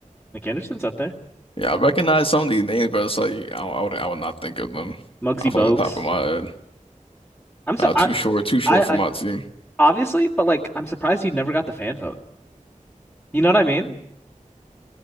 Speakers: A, in the centre; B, on the left.
A: Nick Anderson's up there.
B: Yeah, I recognize some of these names, but it's like I, I would I would not think of them
A: Muggsy
B: off
A: Bogues.
B: like the top of my head.
A: I'm so
B: Uh, too
A: I,
B: short, too short
A: I
B: for my
A: I
B: team.
A: obviously, but like I'm surprised he never got the fan vote. You know what I mean?